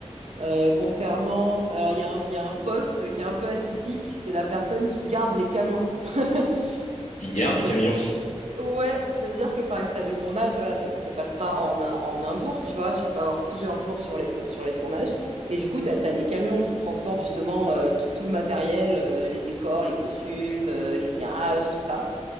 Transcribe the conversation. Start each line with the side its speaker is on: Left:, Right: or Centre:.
Right: euh, concernant. Alors, il y, a un- il y a un poste qui est un peu atypique, c'est la personne qui garde les camions. <laughs>
Left: Ils gardent
Right: Donc,
Left: les camions.
Right: ouais, c'est-à-dire que par exemple, tu as des tournages, voilà, ça ne se passe pas en un, en un jour, tu vois, tu peux pas avoir plusieurs jours sur les, tour- sur les tournages. Et du coup, tu as, les camions qui transportent justement euh, tout, tout le matériel, euh, les décors, les costumes, euh, l'éclairage, tout ça.